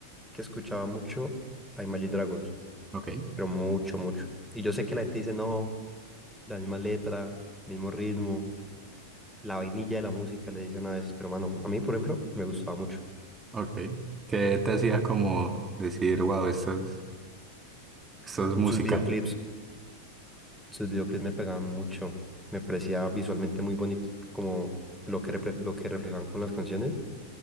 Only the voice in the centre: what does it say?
que escuchaba mucho a Imagine Dragons,
pero mucho, mucho. Y yo sé que la gente dice, no, la misma letra, mismo ritmo, la vainilla de la música, le dicen a veces, pero mano, a mí, por ejemplo, me gustaba mucho.
Sus videoclips, sus videoclips me pegaban mucho, me parecía visualmente muy bonito, como lo que, repre- lo que reflejaban con las canciones.